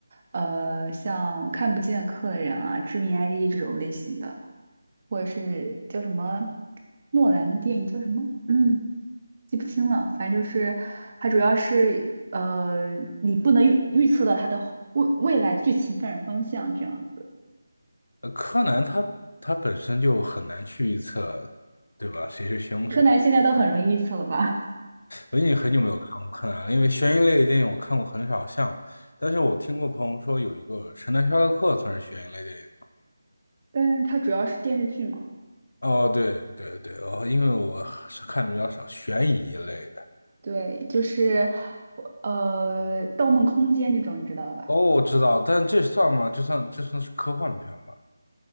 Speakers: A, on the right; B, on the left.
A: 呃像看不见的客人啊、致命 ID 这种类型的，或者是叫什么诺兰的电影叫什么？嗯。记不清了，反正就是它主要是呃，你不能预预测到它的后未未来剧情发展方向这样子。
B: 呃，柯南它它本身就很难去预测，对吧？谁是凶手？
A: 柯南现在都很容易预测了吧？
B: 我已经很久没有看过柯南了，因为悬疑类的电影我看过很少像，但是我听过朋友说有一个《神探夏洛克》算是悬疑类电影。
A: <laughs> 但是它主要是电视剧嘛，
B: 哦，对对对，哦，因为我是看的比较少，悬疑类的。
A: 对，就是我呃《盗梦空间》这种，你知道吧？
B: 哦，我知道，但这算吗？这算这算是科幻片吧？